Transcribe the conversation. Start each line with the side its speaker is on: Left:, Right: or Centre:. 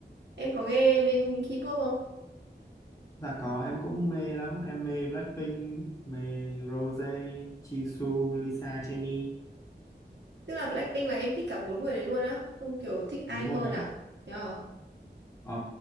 Right: Em có nghe bên K-pop không?
Left: dạ có em cũng mê lắm em mê Blackpink mê Rose Jisoo Lisa Jennie
Right: Tức là Blackpink là em thích cả bốn người đấy luôn á, không kiểu thích ai
Left: đúng
Right: hơn
Left: rồi ạ
Right: à? Yeah.
Left: ờ,